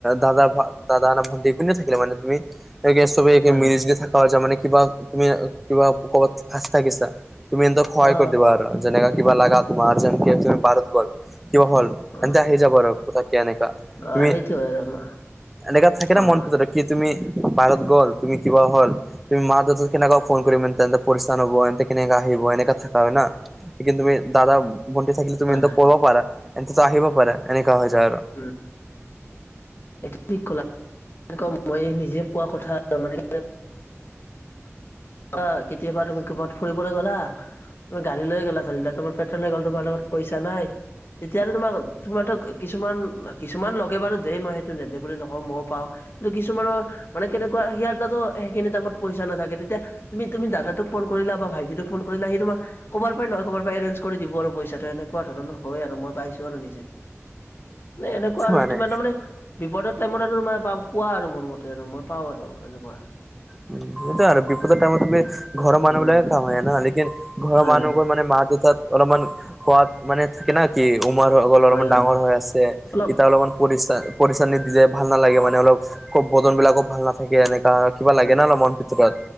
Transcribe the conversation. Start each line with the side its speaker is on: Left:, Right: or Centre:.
Centre: দাদা - দাদা ভণ্টি কনে থাকিলে মানে তুমি ত এ <unintelligible>
Left: হয়
Centre: মিলিজ
Left: হয়
Centre: দ থাকা হৈ যায় মে কিবা তুমি কিবা কবাত ভাজ থাকিছা। তুমি এন্তক সহায়
Left: অ
Centre: কৰি দিবা আৰু যেনকা কিবা লাগা তোমাৰ যেন তুমি বাৰত গল কিবা হল
Left: অ
Centre: এন্তে আহি যাব আৰু কথাকে এনেকা
Left: অ
Centre: তুমি
Left: সেইটোৱে আৰু আমাৰ।
Centre: এনেকা থাকিলা
Left: কোৱা
Centre: মন
Left: কোৱা
Centre: পিত কি তুমি বাৰত গ'ল তুমি কিবা হ'ল। তুমি মা - দেউতাক কেনেকা ফোন কৰিমন্ত এন্তে পৰিস্থান হব এন্তে কেনেকাে আহিব এনেকা থাকা হয় ন। কিন্তু তুমি দাদা ভণ্টি থাকিলে তুমি
Left: হয়
Centre: এন্তক
Left: হয়
Centre: কব পাৰা এহেতোটো আহিব পাৰা এনেকা হৈ যায় আৰু।
Left: উম, এইটো ঠিক কলা। এনেকুৱা মই নিজে পোৱা কথা মানে অ, কেতিয়াবা তুমি ক'বাত ফুৰিবলৈ গলা। গাড়ী লৈ গলা ধৰি লোৱা তোমাৰ পেট্ৰল শেষ হল তোমাৰ লগত পইচা নাই তেতিয়া আৰু তোমাক তোমাৰটো কিছুমান কিছুমান লগে বাৰু দেই মই নেদে বুলি নকও ময়ও পাও। কি কিছুমানৰ মানে কেনেকুৱা সেয়া তাতো সেইখিনি দামত পইচা নাথাকে তেতিয়া তুমি - তুমি দাদাটোক ফোন কৰিলা বা ভাইটিটোক ফোন কৰিলা সি তোমাক ক'বাৰ পৰা নহয় ক'ব পৰা এৰেঞ্জ কৰি দিব আৰু পইচাটো এনেকুৱা ধৰণৰ হয় আৰু মই পাইছো আৰু নিজে। এনেকুৱা আৰু
Centre: মানে
Left: তোমাৰ তাৰমানে বিপদ টাইমত তোমাৰ প পোৱা আৰু মোৰ মতে আৰু মই পাওঁ আৰু এনেকুৱা।
Centre: উম সেইটোৱে আৰু বিপদৰ টাইমত তুমি ঘৰ মানুহ
Left: অ
Centre: বিলাকে কাম আহে ন লেকিন ঘৰৰ
Left: হয়
Centre: মানুহ গৈ মানে মা - দেউতাত অলপমান খোৱাদ মানে থাকে না কি উমাৰ কলৰ অলপমান
Left: হয় হয়
Centre: ডাঙৰ হৈ আছে
Left: অলপ
Centre: এতিয়া অলপমান পৰিচা পৰিচানিত দিলে ভাল নালাগে মানে অলপ ক বজন বিলাকো ভাল নাথাকে এনেকা। কিবা লাগে
Left: হয়।
Centre: ন অলপ মন ভিতৰত।